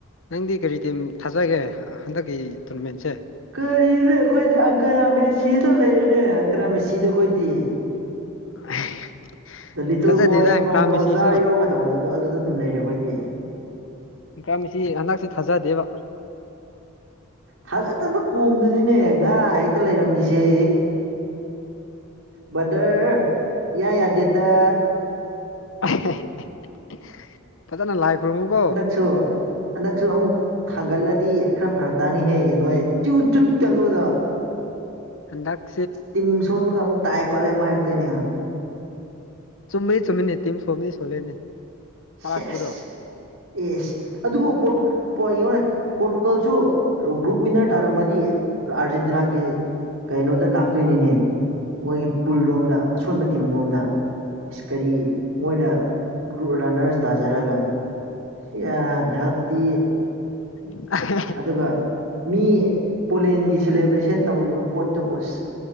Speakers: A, on the left; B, on the right.
A: ꯅꯪꯗꯤ ꯀꯔꯤ ꯇꯤꯝ ꯊꯥꯖꯒꯦ ꯍꯟꯗꯛꯀꯤ ꯇꯣꯔꯅꯃꯦꯟꯁꯦ꯫
B: ꯀꯔꯤꯅꯣ ꯑꯩꯈꯣꯏꯗꯤ ꯑꯪꯀꯔꯥꯃꯦꯁꯤꯗ ꯂꯩꯔꯦꯅꯦ ꯑꯪꯀ꯭ꯔꯥ ꯃꯦꯁꯤꯗ ꯑꯩꯈꯣꯏꯗꯤ꯫
A: <unintelligible>
B: ꯗ ꯂꯤꯇꯜ
A: ꯊꯥꯖꯗꯦꯗ
B: ꯕꯣꯏ ꯐ꯭ꯔꯣꯝ
A: ꯏꯟꯀ꯭ꯔꯥ
B: ꯔꯣꯖꯥꯔ꯭ꯌꯧꯒ
A: ꯃꯦꯁꯤꯁꯨ
B: ꯇꯧꯕꯗꯗꯣ ꯑꯗꯨꯗ ꯑꯗꯨꯝ ꯂꯩꯔꯦ ꯑꯩꯈꯣꯏꯗꯤ꯫
A: ꯑꯪꯀ꯭ꯔꯥ ꯃꯦꯁꯤ ꯍꯟꯗꯛꯁꯤ ꯊꯥꯖꯗꯦꯕ꯫
B: ꯊꯥꯖꯗꯕ ꯀꯣꯝꯗꯨꯅꯤꯅꯦ ꯉꯥ ꯍꯦꯛꯇ ꯂꯩꯔꯝꯃꯤꯁꯦ꯫ ꯕꯔꯗꯔ ꯏꯌꯥ ꯌꯥꯗꯦꯗꯥ꯫
A: <unintelligible> ꯐꯖꯅ ꯂꯥꯏ ꯈꯨꯔꯃꯨꯀꯣ꯫
B: ꯁꯨ ꯍꯟꯗꯛꯁꯨ ꯑꯃꯨꯛ ꯊꯥꯡꯒꯠꯂꯗꯤ ꯈꯔ ꯐꯔꯛ ꯇꯥꯅꯤꯍꯦ ꯅꯣꯏ ꯆꯨ ꯆꯨꯠ ꯀꯥꯡꯉꯨꯗꯣ꯫
A: ꯍꯟꯗꯛ
B: ꯇꯤꯝ ꯁꯣꯟꯕꯒ ꯑꯃꯨꯛ ꯇꯥꯏ ꯈꫭꯠꯂꯦ ꯑꯃꯨꯛ ꯍꯥꯏꯔꯛꯇꯣꯏꯅꯤ꯫
A: ꯆꯨꯝꯃꯤ ꯆꯨꯝꯃꯤꯅꯦ ꯇꯤꯝ ꯁꯣꯝꯃꯤ ꯁꯣꯜꯂꯦꯅꯦ꯫
B: ꯁꯦꯁ
A: ꯇꯥꯔꯛꯄꯗꯣ
B: ꯑꯦꯁ ꯑꯗꯨꯕꯨ ꯄꫭꯔꯇꯨ ꯌꫭꯅ ꯄꯣꯔꯇꯨꯒꯜꯁꯨ ꯒ꯭ꯔꯨꯞ ꯋꯤꯟꯅꯔ ꯇꯥꯔꯝꯃꯗꯤ ꯑꯥꯔꯖꯦꯟꯇꯤꯅꯥꯒꯤ ꯀꯩꯅꯣꯗ ꯂꯥꯛꯇꯣꯏꯅꯤꯅꯦ꯫ ꯃꯣꯏꯒꯤ ꯄꯨꯜꯔꯣꯝꯗ ꯑꯁꯣꯟꯕ ꯇꯤꯝꯔꯣꯝꯗ꯫ ꯏꯁ ꯀꯔꯤ ꯃꯣꯏꯅ ꯔꯨ ꯔꯅꯔꯁ ꯇꯥꯖꯔꯒ ꯁꯤ ꯑ ꯙꯞꯇꯤ꯫
A: <inaudible>
B: ꯑꯗꯨꯒ ꯃꯤ ꯄꯣꯂꯦꯟꯒꯤ ꯁꯦꯂꯦꯕ꯭ꯔꯦꯁꯟ ꯇꯧꯔꯤꯕ ꯄꯣꯠꯇꯨꯕꯨ ꯑꯁ